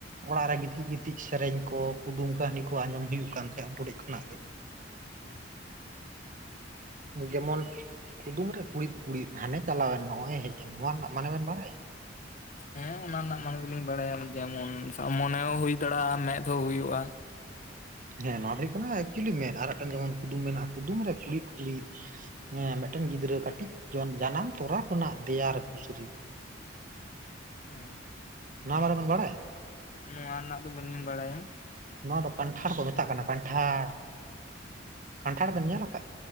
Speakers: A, on the right (about 45°); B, on the left (about 45°).
A: ᱚᱲᱟᱜ ᱨᱮ ᱜᱤᱛᱤᱡ ᱜᱤᱛᱤᱡ ᱥᱮᱨᱮᱧ ᱠᱚ ᱠᱩᱫᱩᱢ ᱠᱟᱹᱦᱱᱤ ᱠᱚ ᱟᱸᱡᱚᱢ ᱦᱩᱭᱩᱜ ᱠᱟᱱ ᱛᱟᱦᱮᱸ ᱩᱱᱠᱩᱴᱷᱮᱡ ᱠᱷᱚᱱᱟᱜ ᱜᱮ᱾
B: <inaudible>
A: ᱡᱮᱢᱚᱱ ᱠᱩᱫᱩᱢ ᱨᱮ ᱠᱩᱲᱤᱫ ᱠᱩᱲᱤᱫ ᱦᱟᱱᱮ ᱪᱟᱞᱟᱣᱮᱱ ᱱᱚᱜᱼᱚᱭ ᱦᱮᱡ ᱮᱱ, ᱱᱚᱣᱟ ᱨᱮᱱᱟᱜ ᱢᱟᱱᱮ ᱵᱮᱱ ᱵᱟᱲᱟᱭᱟ?
B: ᱦᱮᱸ ᱚᱱᱟ ᱨᱮᱱᱟᱜ ᱢᱟᱱᱮ ᱫᱚᱞᱤᱧ ᱵᱟᱲᱟᱭᱟ ᱡᱮᱢᱚᱱ ᱥᱟᱵ ᱢᱚᱱᱮ ᱦᱚᱸ ᱦᱩᱭ ᱫᱟᱲᱮᱭᱟᱜᱼᱟ ᱟᱨ ᱢᱮᱸᱫ ᱦᱚᱸ ᱦᱩᱭᱩᱜᱼᱟ᱾
A: ᱦᱮᱸ ᱱᱚᱣᱟ ᱫᱚ ᱦᱩᱭᱩᱜ ᱠᱟᱱᱟ ᱮᱠᱪᱩᱞᱤ ᱢᱮᱫ ᱟᱨ ᱢᱤᱫᱴᱮᱱ ᱡᱮᱢᱚᱱ ᱠᱩᱫᱩᱢ ᱢᱮᱱᱟᱜᱼᱟ ᱠᱩᱫᱩᱢ ᱨᱮ ᱠᱩᱲᱤᱫ ᱠᱩᱲᱤᱫ, ᱦᱮᱸ ᱢᱤᱫᱴᱮᱱ ᱜᱤᱫᱽᱨᱟᱹ ᱠᱟᱹᱴᱤᱡ ᱡᱚᱱ ᱡᱟᱱᱟᱢ ᱛᱚᱨᱟ ᱠᱷᱚᱱᱟᱜ ᱫᱮᱭᱟ ᱨᱮ ᱯᱩᱥᱨᱤ
B: ᱦᱮᱸ᱾
A: ᱱᱚᱣᱟ ᱢᱟᱱᱮ ᱵᱮᱱ ᱵᱟᱲᱟᱭ?
B: ᱱᱚᱣᱟ ᱨᱮᱱᱟᱜ ᱫᱚ ᱵᱟᱹᱞᱤᱧ ᱵᱟᱲᱟᱭᱟ᱾
A: ᱱᱚᱣᱟ ᱫᱚ ᱠᱟᱱᱴᱷᱟᱲ ᱠᱚ ᱢᱮᱛᱟᱜ ᱠᱟᱱᱟ ᱠᱟᱱᱴᱷᱟᱲ ᱠᱟᱱᱴᱷᱟᱲ ᱵᱮᱱ ᱧᱮᱞ ᱟᱠᱟᱜ?